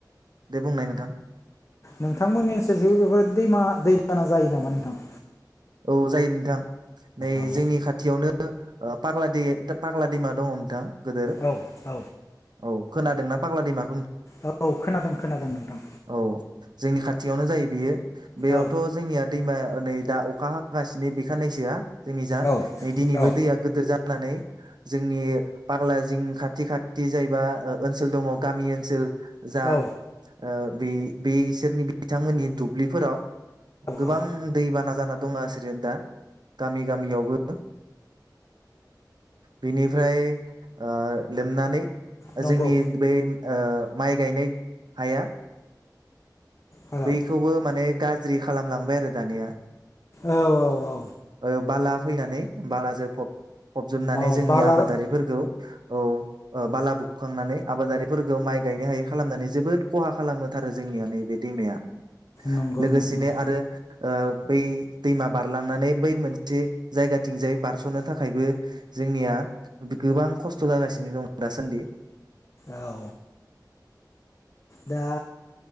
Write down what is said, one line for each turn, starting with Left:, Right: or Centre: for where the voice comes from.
Right: दे बुंनाय नोंथां।
Left: नोंथांमोननि ओनसोलखैबो बेफोर दैमा दैबाना जायो नामा नोंथां?
Right: औ जायो नोंथां। नै
Left: औ
Right: जोंनि खाथियावनो ओ पाग्ला दै पाग्ला दैमा दङ' नोंथां। गोदोर
Left: औ औ
Right: औ खोनादों ना पाग्ला दैमा
Left: औ खोनादों खोनादों नोंथां।
Right: औ जोंनि खाथियावनो जायो बियो। बेयावथ'
Left: औ
Right: जोंनिया दैमा ओ नै दा अ खा हागासिनो बे खाननैसोआ जोंनि जा
Left: औ
Right: नै दिनैबो
Left: औ
Right: दैया गोदोर जानानै जोंनि पाग्ला जिं खाथि खाथि जायबा ओ-ओनसोल दङ' गामि ओनसोल जा
Left: औ
Right: ओ बे बे इसोरनि बिथांमोननि दुब्लिफोराव गोबां
Left: औ
Right: दैबाना जा दङासोरो दा गामि गामियावबो बिनिफ्राय ओ लोमनानै
Left: नंगौ
Right: जोंनि बे ओ माइ गायनाय हाया
Left: हेलौ
Right: बैखौबो माने गाज्रि खालामलांबाय आरो दानिया
Left: औ औ औ
Right: ओ बाला फैनानै बालाजों फब- फबजोबनानै
Left: औ
Right: जोंनि
Left: बाला
Right: आबादारिफोरखौ औ ओ बाला बु खांनानै आबादारिफोरखौ माइ गायनो हायै खालामनानै जोबोद खहा खालामोथारो जोंनिया नैबे। दैमाया
Left: नंगौ
Right: लोगोसेनो
Left: नंगौ
Right: आरो ओ बे दैमा बारलांनानै बै मोनसे जायगाथिंजाय बारस'नो था खायबो जोंनिया गोबां खस्थ' जागासिनो दं दासान्दि।
Left: औ। दा